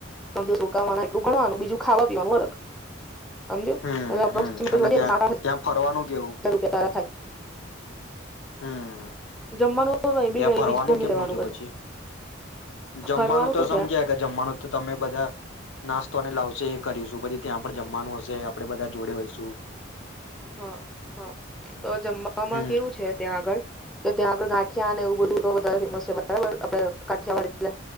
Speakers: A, in the centre; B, on the left.
A: ત્રણ દિવસ રોકાવાના એટલું ગણવાનું, બીજું ખાવા પીવાનું અલગ સમજિયો,
B: હમ
A: અવે એપ્રોક્સિમેટ
B: હમ અને
A: લાગે
B: ત્યાં
A: કે સાત આઠ
B: ત્યાં ફરવાનું કેવું
A: હજાર તું કે તારા થાય
B: હમ્મ.
A: <unintelligible>
B: ત્યાં
A: કંઈ
B: ફરવાનું
A: બી જમી
B: કેમનું
A: લેવાનું
B: છે પછી જમવાનું
A: ફરવાનું
B: તો
A: શું
B: સમજાય
A: છે
B: કે જમવાનું તો તમે બધા નાસ્તોને લાવશે એ કરીશું પછી ત્યાં પણ જમવાનું હશે, આપડે બધા જોડે હોઈશું.
A: હા, હા, તો જમવામાં
B: હમ
A: કેવું છે ત્યાં આગળ કે ત્યાં આગળ ગાઠિયા અને એવું બધું તો ફેમસ છે બરાબર. આપડે કાઠિયાવાડ એટલે